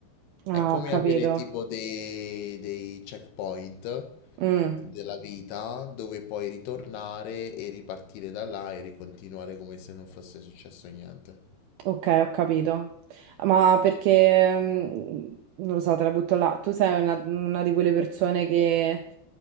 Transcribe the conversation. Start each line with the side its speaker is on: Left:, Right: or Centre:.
Right: Ah,
Left: È come
Right: ho capito.
Left: avere tipo dei, dei checkpoint
Right: Mm,
Left: della vita dove puoi ritornare e ripartire da là e ricontinuare come se non fosse successo niente.
Right: ok, ho capito. Ma perché, mm, non lo so, te la butto là. Tu sei una, una di quelle persone che,